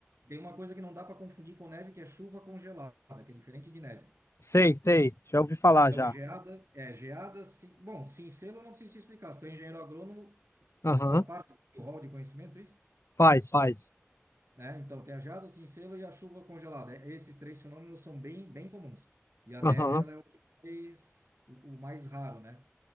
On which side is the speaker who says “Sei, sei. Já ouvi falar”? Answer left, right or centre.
Left